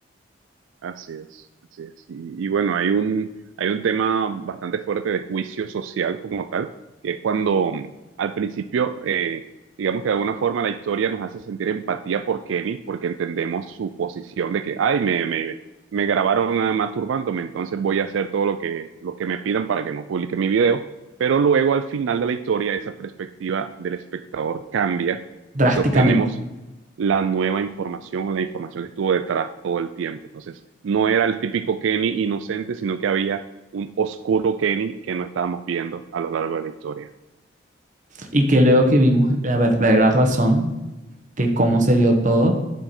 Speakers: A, on the right; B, on the right.
A: Así es, así es. Y, y bueno, hay un, hay un tema bastante fuerte de juicio social como tal, que es cuando mm, al principio, eh, digamos que de alguna forma la historia nos hace sentir empatía por Kenny, porque entendemos su posición de que, ay, me, me, me grabaron ah, masturbándome, entonces voy a hacer todo lo que, lo que me pidan para que no publique mi video. Pero luego al final de la historia, esa perspectiva del espectador cambia,
B: drásticamente.
A: porque obtenemos la nueva información o la información que estuvo detrás todo el tiempo. Entonces, no era el típico Kenny inocente, sino que había un oscuro Kenny que no estábamos viendo a lo largo de la historia.
B: Y que luego que vimos la verdadera razón de cómo se dio todo,